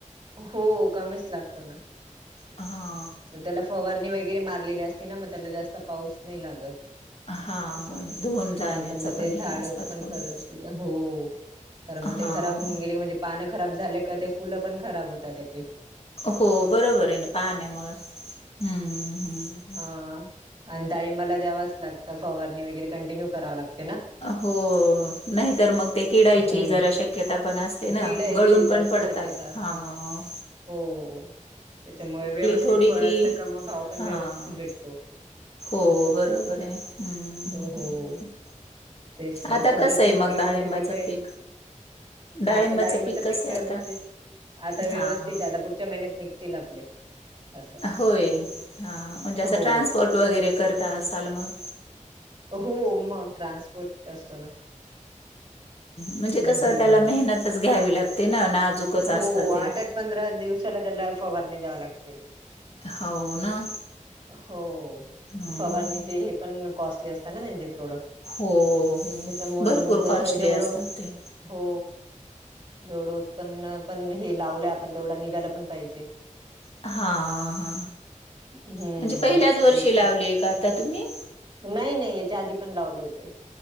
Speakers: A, on the right (about 35°); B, on the left (about 50°).
A: हो कमीच लागतो ना.
B: हा.
A: त्याला फवारणी वगैरे मारलेली असते ना मग त्याला जास्त पाऊस नाही लागतं.
B: हा
A: असं
B: धुऊन जाण्याचं
A: नाही तर मग
B: पण
A: ते झाड
B: हे असतं
A: पण
B: थोडं
A: करत हो कारण मग
B: हा
A: ते खराब होऊन गेले म्हणजे पानं खराब झाल्या का ते फुलं पण खराब होतात त्याची.
B: हो बरोबर आहे ना पाण्यामुळं हम्म हम्म
A: आणि ताळिंबाला द्यावाच लागतं फवारणी वगैरे कंटिन्यू कराव लागते ना.
B: हो नाही तर मग ते किडायची
A: हम्म.
B: जरा शक्यता पण असते ना
A: किडायची
B: गळून
A: जास्त
B: पण पडतात.
A: शक्यता असते
B: हा
A: हो त्याच्यामुळे व्यवस्थित
B: थोडी
A: फळ
B: की
A: असलं का मग भाव पण
B: हां
A: व्यवस्थित भेटतो.
B: हो
A: असं
B: बरोबर आहे हम्म
A: हो. तेच ना
B: आता
A: सध्या
B: कसं
A: तुमच्याकडे
B: आहे मग डाळिंबाचं
A: कोणते पिक आहे.
B: पीक? डाळिंबाचं
A: आता डाळिंबाच
B: कसं
A: पीक व्यवस्थित
B: आहे आता?
A: आता व्यवस्थित
B: हां
A: आता पुढच्या पुढच्या महिन्यात निघतील आपले असं
B: होय हा म्हणजे असं
A: हो.
B: ट्रान्सपोर्ट वगैरे करता असाल मग
A: हो मग ट्रान्सपोर्ट असतो ना हम्म.
B: म्हणजे कस त्याला मेहनतच घ्यावी लागते ना. नाजूकच असतं
A: हो
B: ते.
A: आठ आठ पंधरा दिवसाला त्याला फवारणी द्यावा लागते.
B: हो ना
A: हो
B: हम्म.
A: फवारणीचे हे पण कॉस्टली असतं. त्यां त्यांचे प्रोडक्ट
B: हो हो
A: त्याच्यामुळे
B: भरपूर
A: मग जसं
B: कॉस्टली
A: जेवढं
B: असतात ते.
A: हो जेवढ होतं पण पण हे लावलं आपण तेवढा निघायला पण पाहिजे.
B: हा हा
A: हम्म
B: म्हणजे पहिल्याच वर्षी
A: तेच
B: लावलेय
A: ना.
B: का आता तुम्ही?
A: नाही नाही याच्या आधी पण लावले होते.